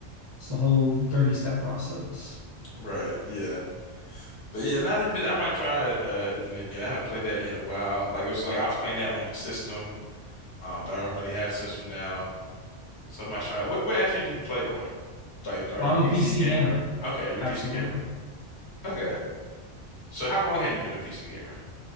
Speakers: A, on the left (about 25°); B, on the left (about 65°).
A: it's the whole 30 step process.
B: right. Yeah. But yeah, now you I might try uh Divinity again. I haven't played that in a while. Like it was like I was playing that on the system, um, but I don't really have system now. So I might try. What what actually do you play on? Like are
A: Well,
B: you
A: I'm
B: PC
A: a PC
B: gamer?
A: gamer,
B: Okay, you're
A: absolutely.
B: PC gamer. Okay. So how long have you been a PC gamer?